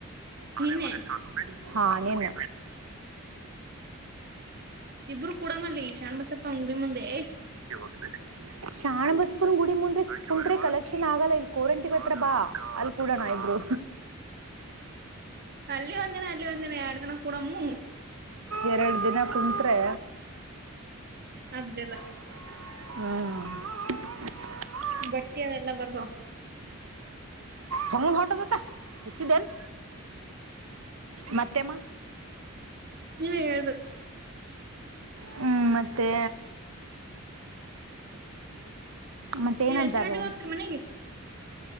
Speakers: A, on the right (about 80°); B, on the right (about 50°).
A: ಆಹಾ
B: ನಿನ್ನೆ
A: ನಿನ್ನ
B: ಇಬ್ರುೂ ಕೂಡಮ ಅಲ್ಲಿ ಶರಣ್ಬಸಪ್ಪ ಅಂಗಡಿ ಮುಂದೆ
A: <inaudible> ಶಾಣ್ ಬಸ್ಕುನ್ ಗುಡಿ ಮುಂದ್ರೆ ಕುಂತ್ರೆ ಕಲೆಕ್ಷನ್ ಆಗಲ್ಲ ಇಲ್ ಕೋರಂಟಿ ಅತ್ರ ಬಾ ಅಲ್ಲಿ ಕೂಡೋಣ ಇಬ್ರು
B: ಅಲ್ಲಿ ಒಂದಿನ ಅಲ್ಲಿ ಒಂದ್ ನ ಎರಡ್ ದಿನ ಕೂಡಮ್ಮ
A: ಎರಳ ದಿನ ಕುಂತ್ರೆ
B: ಅ್ದಲ್ಲ
A: ಹ್ಮ್
B: ಬಟ್ಟೆೆಲ್ಲ ಬರ್ದ
A: ಸಮೂ ಹಟದತಾ ಹಚ್ಚಿ ದನ್ ಮತ್ತೆಮ್ಮ
B: ನೀವ ಹೇಳ್ಬೇಕು
A: ಹ್ಮ್ ಮತ್ತೆ ಮತ್ತೆ
B: ನೀವ್
A: ಏನಂತಾರೆ
B: ಎಷ್ಟ್ ಗಂಟೆಗೆ ಹೋಗ್ತೀರಿ ಮನೆಗೆ